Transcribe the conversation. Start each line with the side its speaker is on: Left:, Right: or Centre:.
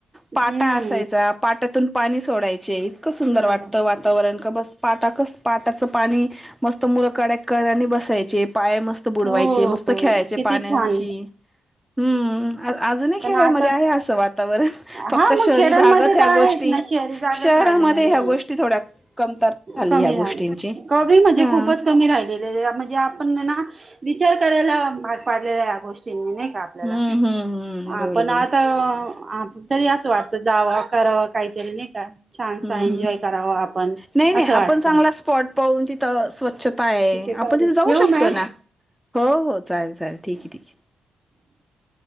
Right: हम्म
Centre: पाटा असायचा पाट्याून पाणी सोडायचे इतकं सुंदर
Right: बरोबर
Centre: वाटतं वातावरण का बसत पाटाकच पाटाचं पाणी मस्त मुलं कड्या कळने बसायचे पाय मस्त त बुडवायचे
Right: हो
Centre: मस्त खेळायचे
Right: किती
Centre: पाण्या
Right: छान
Centre: अ हम्म अजून खेळामध्ये
Right: पण आता
Centre: आहे असं वा आता फक्त
Right: हा मग
Centre: शहरी
Right: खेड्यांमध्ये
Centre: भागत ह्या
Right: तर
Centre: गोष्टी
Right: आहेच ना शहरी जागत
Centre: शहरामध्ये
Right: राहिलेला नाही
Centre: ह्या गोष्टी थोड्या क कमतरता झाली
Right: कमी
Centre: या गोष्टींची
Right: झालं कमी म्हणजे
Centre: हा
Right: खूपच कमी राहिलेले म्हणजे आपण ना विचार करायला भाग पाडलंय या गोष्टींनी नाही का आपल्याला
Centre: हम्म हम्म हम्म
Right: हा
Centre: बरोबर
Right: पण आता ह तरी असं वाटत जावं करावं काहीतरी नाही का छानसा
Centre: हम्म
Right: एन्जॉय
Centre: हम्म
Right: करावं आपण
Centre: नाही नाही
Right: असं वाटतं.
Centre: आपण चांगला स्पॉट पाहून तिथं स्वच्छता आहे
Right: ठीक चालेल
Centre: आपण तिथे जाऊ
Right: ठेवू
Centre: शकतो
Right: मॅम
Centre: ना, हो हो चालेल चालेल ठीक आहे ठीक आहे.